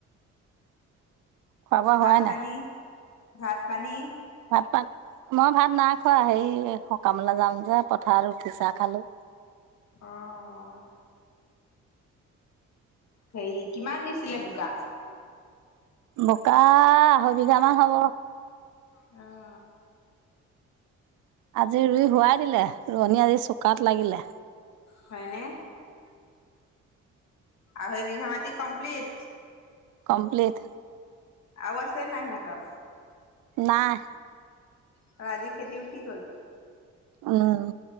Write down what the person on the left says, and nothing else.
ভাত-পানী,
ভাত-পানী
অ'। হেই কিমান দিছিলে বোকা?
অ'।
হয় নে? আঢ়ৈ বিঘা মাটি কমপ্লিট?
আও আছে নাই সিহঁতৰ?
ত' আজি খেতি উঠি গ'ল?